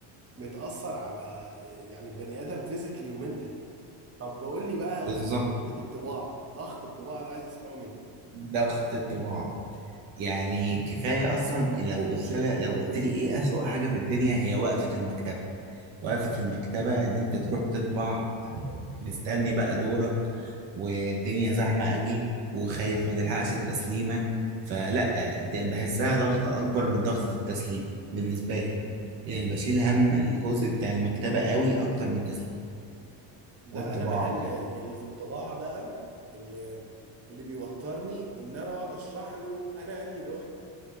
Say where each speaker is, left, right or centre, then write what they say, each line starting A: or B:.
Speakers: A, on the right; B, on the right.
A: بتأثر على يعني البني ادم فيزيكلي ومنتلي طب قول لي بقى
B: بالظبط
A: حته الطباعه ضغط الطباعه ده عايز اسمعه منك
B: ضغط الطباعة يعني كفاية أصلا لو قلت لها لو قلت لي إيه أسوأ حاجة في الدنيا هي وقفة المكتبة وقفة المكتبة إن أنت تروح تطبع مستني بقى دورك والدنيا زحمة قوي وخايف ما تلحقش التسليمة فلا دي بحسها ضغطة أكبر من ضغطة التسليم بالنسبة لي يعني بشيل هم الجزء بتاع المكتبة قوي أكتر من التسليم
A: ده
B: والطباعة
A: انا بقى اللي
B: وكده
A: اللي في الطباعه بقى اللي اللي بيوترني ان انا اقعد اشرح له انا انهي لوحه